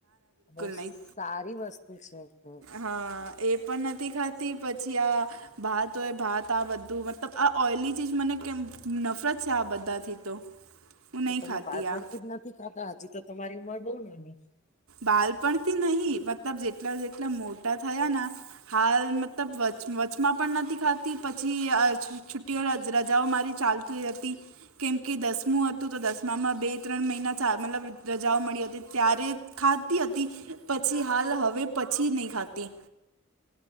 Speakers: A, on the left; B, on the right.
A: બહુ
B: નહીં
A: સારી વસ્તુ છે. હમ
B: હા, એ પણ નતી ખાતી પછી આ ભાત હોય ભાત આ બધું મતલબ આ ઓઇલી ચીજ મને કેમ નફરત છે આ બધાથી તો. <inaudible>
A: તો તમે
B: ખાતી
A: બાળપણથી
B: આ
A: જ નથી ખાતા હજી તો તમારી ઉંમર બવ નાની.
B: બાલપણથી નહી મતલબ જેટલા-જેટલા મોટા થયા ના. હાલ મતલબ વચવચમાં પણ નતી ખાતી પછી આ <unintelligible> છુટ્ટીઓ રજાઓ મારી ચાલ તી હતી. કેમકે દસમું હતું તો દસમામાં બે-ત્રણ મહિના ચા મતલબ રજાઓ મળી હતી ત્યારે. ખાતી હતી પછી હાલ હવે પછી નઈ ખાતી.